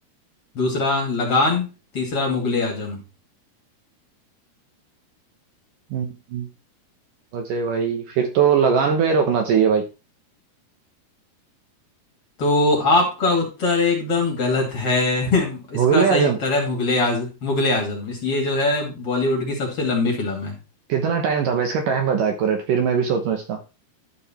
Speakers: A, on the left (about 40°); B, on the right (about 65°).
A: दूसरा लगान तीसरा मुगले आजम
B: हम्म, मुझे भाई फिर तो लगान पे रोकना चाहिए भाई
A: तो आपका उत्तर एकदम गलत है <laughs> इसका
B: मुगले
A: सही
B: आजम
A: उत्तर है मुगले आज मुगले आजम इस ये जो है बॉलीवुड की सबसे लंबी फिल्म है
B: कितना टाइम था भाई इसका टाइम बता एक्यूरेट फिर मैं भी सोचूं इसका